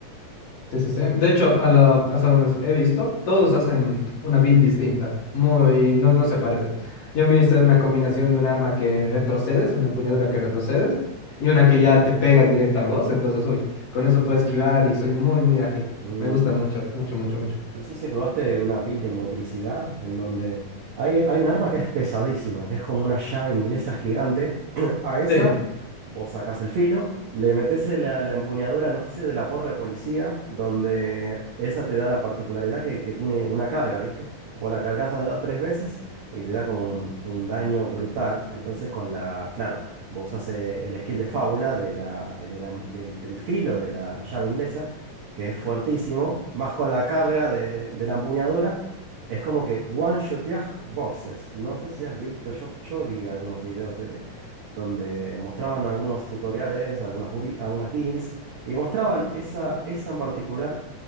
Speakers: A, on the left; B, on the right.
A: Sí, sí, sí. De hecho, a la- hasta donde he visto, todos hacen una build distinta. Muy, no, no se parece. Yo me hice una combinación de un arma que retrocedes, una empuñadura que retrocedes, y una que ya te pegas directo al boss. Entonces, uy, con eso puedo esquivar y soy muy, muy ágil.
B: Mm.
A: Me gusta mucho, mucho, mucho, mucho.
B: No sé si probaste una build de motricidad en donde hay, hay un arma que es pesadísima, que es como una llave inglesa gigante. <clears throat> A esa
A: Sí.
B: vos sacás el filo, le metés la, la empuñadura, no sé si de la porra de policía, donde esa te da la particularidad que, que tiene una carga, ¿viste? Vos la cargas tres veces y te da como un, un daño brutal. Entonces con la, claro, vos usás eh, el skill de fábula de la, de la- del, del filo de la llave inglesa que es fuertísimo, más con la carga de, de la empuñadura, es como que one-shoteas boxes. No sé si has visto, yo, yo vi algunos videos de, donde mostraban algunos tutoriales, algunas, bubi- algunas builds, y mostraban esa, esa en particular,